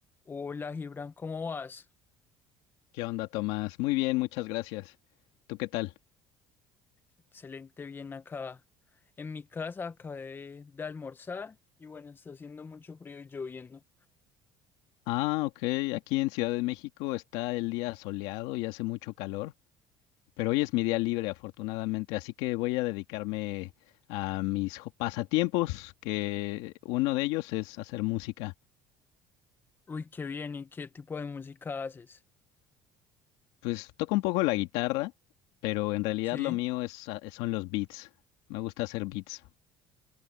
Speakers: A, on the left (about 20°); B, on the left (about 85°).
A: Hola Gibran, ¿cómo vas?
B: ¿Qué onda, Tomás? Muy bien, muchas gracias. ¿Tú qué tal?
A: Excelente, bien acá. En mi casa acabé de, almorzar y bueno, está haciendo mucho frío y lloviendo.
B: Ah, ok. Aquí en Ciudad de México está el día soleado y hace mucho calor, pero hoy es mi día libre, afortunadamente, así que voy a dedicarme a mis jo- pasatiempos, que uno de ellos es hacer música.
A: Uy, qué bien, ¿y qué tipo de música haces?
B: Pues toco un poco la guitarra, pero en realidad
A: Sí,
B: lo mío es, a- son los beats. Me gusta hacer beats.